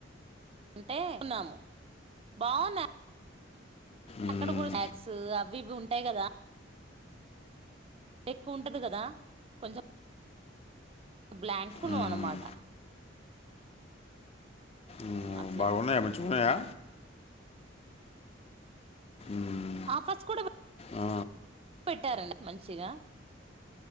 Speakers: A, on the right (about 30°); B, on the left (about 30°).
A: అంటే న్నాము బాగున్నాయి
B: మ్మ్,
A: అక్కడ కూడా స్నాక్స్ అవి ఇవి ఉంటాయి కదా ఎక్కువ ఉంటది కదా కొంచెం బ్లాక్ ఉన్నవ్
B: మ్మ్,
A: అన్నమాట
B: మ్మ్
A: అట్లా
B: బాగున్నాయా మంచిగున్నాయా మ్మ్,
A: ఆఫర్స్ కూడా
B: ఆ,
A: పెట్టారండి మంచిగా